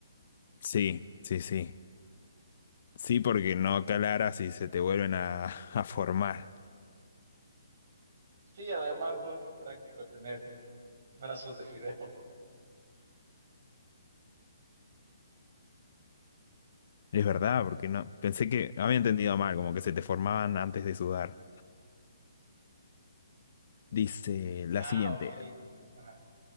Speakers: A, on the left; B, on the right.
A: Sí, sí, sí. Sí, porque no calaras y se te vuelven a, <laughs> a formar.
B: Sí, además no es muy práctico tener brazos de fideo.
A: Es verdad, porque no. Pensé que había entendido mal, como que se te formaban antes de sudar. Dice la
B: Ah,
A: siguiente.
B: ok. Ajá,